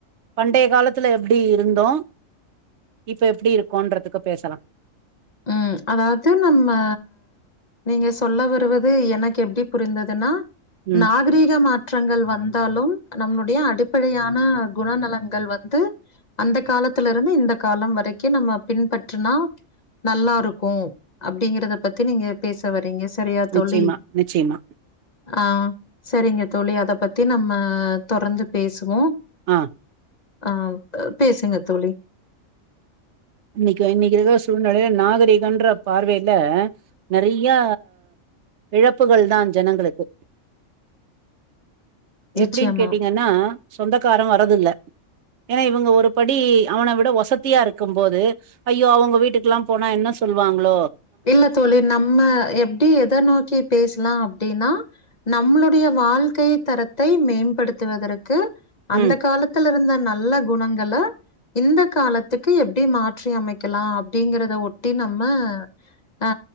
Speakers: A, on the right; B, on the left.
A: பண்டைய காலத்துல எப்டி இருந்தோ இப்ப எப்டி இருக்கோன்றதுக்கு பேசலா
B: ம் அதாது நம்ம நீங்க சொல்ல வருவது எனக்கு எப்டி புரிந்ததுன்னா
A: ம்
B: நா கரீக மாற்றங்கள் வந்தாலு நம்ளுடைய அடிப்படையான குணநலங்கள் வந்து அந்த காலத்திலருந்து இந்த காலம் வரைக்கு நம்ம பின்பற்றுனா நல்லாருக்கு அப்டிங்கறத பத்தி நீங்க பேச வரீங்க சி சரியா
A: நிச்சயமா
B: தோழி
A: நிச்சயமா
B: ஆ செரிங்க தோழி அத பத்தி நம்ம தொடர்ந்து பேசுவோ
A: அ
B: ஆ பேசுங்க தோழி
A: இன்னைக்கு இன்னைக்கு இருக்ற சூழ்நிலைல நாகரிகன்ற பார்வைல நெறையா இழப்புகள்தா ஜனங்களுக்கு
B: நிச்சயமா
A: எப்டின் கேட்டீங்கன்னா சொந்தக்காரன் வரதில்ல ஏனா இவுங்க ஒரு படி அவன விட ஒசத்தியா இருக்கும் போது ஐயோ அவுங்க வீட்டுக்குலா போனா என்னா சொல்வாங்ளோ
B: இல்ல தோழி நம்ம எப்டி எத நோக்கி பேசலா அப்டின்னா நம்ளுடைய வாழ்க்கை தரத்தை மேம்படுத்துவதற்கு அந்த
A: ம்
B: காலத் துல இருந்த நல்ல குணங்கல இந்த காலத்துக்கு எப்டி மாற்றி அமைக்கலாம் அப்டிங்கறத ஒட்டி நம்ம ஆ